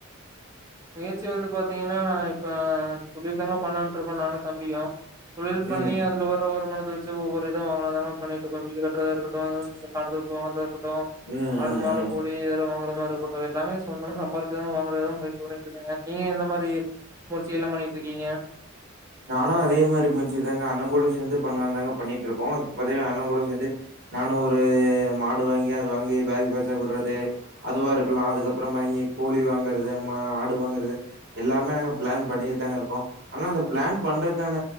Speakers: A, on the right; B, on the right.
A: முயற்சி வந்து பாத்தீங்னா நா இப்ப தொழில் தாங்க பண்ணலான்ட்ருக்கோ நானு தம்பியு தொழில் பண்ணி
B: ம்.
A: அதுல வர்ற வருமானத வச் ஒவ்வொரு இத வாங்கலா தாங்க பண்ணிட்ருக்கோ வீடு கட்டுறதாருக்கட்டு காடு தோப்பு வாங்கறதா இருக்கட்டும்
B: ம்,
A: ஆடு
B: ம்,
A: மாடு
B: ம்.
A: கோழி இதெல்லா வாங்கற இருக்கட்டும் எல்லாமே சொந்தமா சம்பாரிச்சுதா வாங்குறதான் முயற்சி பண்ணிட் நீங்க எந்த மாரி முயற்ச்சியெல்லா பண்ணிட்ருக்கீங்க
B: நானு அதே மாரி முயற்சி தாங்க அண்ண கூட சேந்து பண்லான்தாங்க பண்ணிட் ருக்கோம் இப்ப பாத்தீங்னா அண்ணன் கூட சேந்து நானு ஒரு மாடு வாங்கி அது வாங்கி பேஜ் பேஜ்ஜா வுட்றது அதுவா ருக்கலா அதுக்கப்பறமா இங்கி கோழி வாங்குறது மா ஆடு வாங்கறது எல்லாமே நாங்க பிளான் பண்ணிட்டு தாங்க இருக்கோ ஆனா அந்த பிளான் பண்றதுக்கான